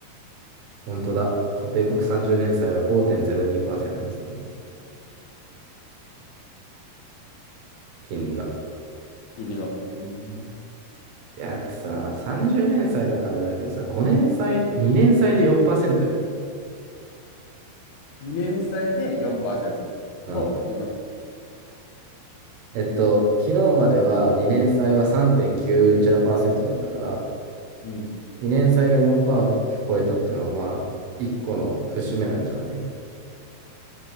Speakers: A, on the right; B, on the left.
A: 本当だ。米国30年債は5.02%ですね、今。金利が。
B: 金利が。うん。
A: いや、だってさ、30年祭だからあれだけどさ、5年祭、2年祭で4%よ。
B: 2年債で4%
A: うん。
B: の、今。
A: えっと、昨日までは2年祭は3.9ううんちゃらパーセントだったから、
B: あうん。
A: 2年祭が4%超えたってのは、まあ、1個の節目なんじゃない